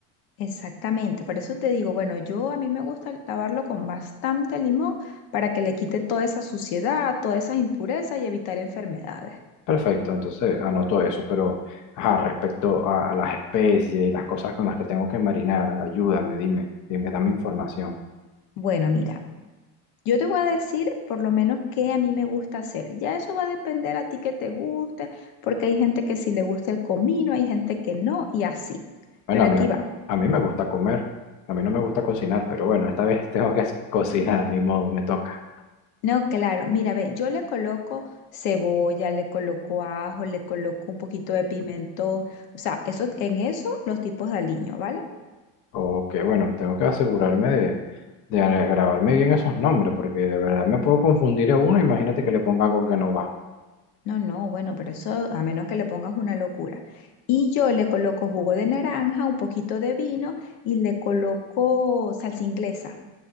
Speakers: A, on the left (about 65°); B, on the left (about 50°).
A: Exactamente, por eso te digo, bueno, yo a mí me gusta lavarlo con bastante limón para que le quite toda esa suciedad, todas esas impurezas y evitar enfermedades.
B: Perfecto, entonces anoto eso, pero ajá, respecto a, a las especies y las cosas con las que tengo que marinar, ayúdame, dime, dime, dame información.
A: Bueno, mira, yo te voy a decir por lo menos qué a mí me gusta hacer. Ya eso va a depender a ti que te guste, porque hay gente que sí le gusta el comino, hay gente que no y así.
B: Bueno,
A: Pero
B: a
A: aquí
B: mí,
A: va.
B: a mí me gusta comer, a mí no me gusta cocinar, pero bueno, esta vez <laughs> tengo que cocinar, ni modo, me toca.
A: No, claro, mira, ve, yo le coloco cebolla, le coloco ajo, le coloco un poquito de pimentón, o sea, eso, en eso los tipos de aliño, ¿vale?
B: O que bueno, tengo que asegurarme de, de grabarme bien esos nombres, porque de verdad me puedo confundir a uno, imagínate que le ponga algo que no va.
A: No, no, bueno, pero eso a menos que le pongas una locura. Y yo le coloco jugo de naranja, un poquito de vino y le coloco salsa inglesa,